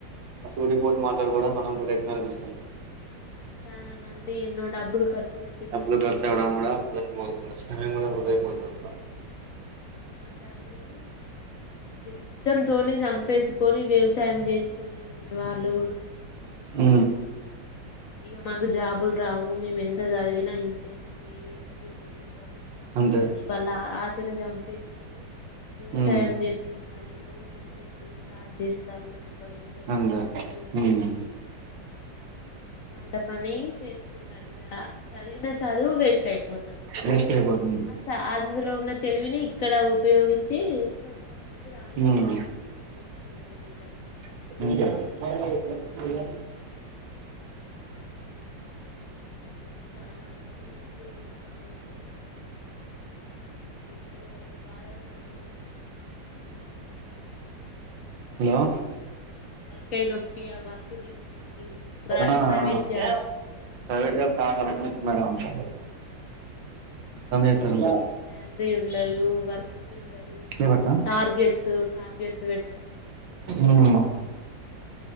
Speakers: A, on the right (about 80°); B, on the left (about 70°).
A: ఆ సూటి పోటి మాట్లాలు కూడా మనం కూడా ఎక్కువ ఆనిపిస్తుాంది.
B: ఉమ్, చాలా మంది ఎన్నో డబ్బులు ఖర్చు పెట్టి
A: డబ్బులు
B: చదివి
A: ఖర్చువడం
B: ఆ చదువుకు
A: కూడా వృధాపోతు సమయం కూడా వృదయిపోతుంది.
B: ఆ చదువులు ఇష్టంతోని చంపేసుకొని వ్యవసాయం చేసుకునే వాళ్లో కూడా ఉ
A: ఊ
B: ఇగా మాకు జాబులు రావు మేము ఎంత చదివినా ఇంతే మాకు ఉద్యోగం ఉండదు
A: అంతే
B: అని వాళ్ళ ఆశ చంపి వేసుకొని వ్యవసాయం
A: ఉమ్
B: చేసుకుంటారు ఓన్ బిజినెస్ స్టార్ట్ చేస్తారు. ఇద్దరు
A: అంతే
B: ముగ్గులు
A: ఉమ్
B: వాళ్ళ పని చే చాలుగా చదివిన చదువు వేస్ట్ అయిపోతుంది
A: వేస్ట్ అయిపోతుంది
B: చాలిగా అందులో ఉన్న తెలివిని ఇక్కడ ఉపయోగించి కొంతమంది రాణించుతలు
A: ఉమ్
B: మంచిగా వాళ్ళు తీసుకు <unintelligible>
A: <unintelligible>
B: చాలా మంది ఉద్యోగం రాట్లేదని ఎంతో బాధలను అనుభవించుతున్నారు.
A: హాలో
B: పెయి నొప్పి ఆ వర్క్ టెన్షన్ కి ప్రై
A: ఆ
B: ప్రైవేట్
A: ఆ
B: జాబ్
A: ప్రైవేట్ జాబ్ చాలా కరెక్ట్నెస్ మేడం అమ్ముతాలే
B: ఉహు తలకాయ
A: చేత్తారంతా
B: నొప్పి శ్యాలరీ ఉండదు వర్క్ ప్రెజర్
A: లేవట్నా
B: టార్గెట్స్ టార్గెట్స్ పెట్టడం
A: ఉమ్